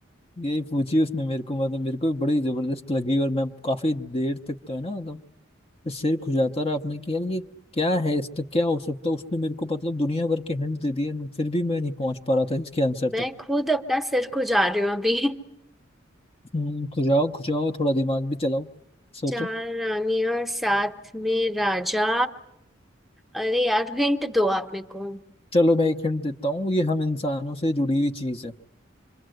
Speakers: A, on the left; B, in the centre.
A: यही पूछी उसने मेरे को मतलब मेरे को भी बड़ी जबरदस्त लगी और मैं काफी देर तक तो है ना मतलब सिर खुजाता रहा आपने कि यार ये क्या है इसका क्या हो सकता है उसने मेरे को मतलब दुनिया भर के हिंट दे दिए फिर भी मैं नहीं पहुंच पा रहा था इसके आंसर तक
B: मैं खुद अपना सिर खुजा रही हूँ अभी
A: हम्म, खुजाओ खुजाओ थोड़ा दिमाग भी चलाओ
B: <laughs>
A: सोचो
B: चार रानियां साथ में राजा अरे यार हिंट दो आप मेरे को
A: चलो मैं एक हिंट देता हूँ ये हम इंसानों से जुड़ी हुई चीज है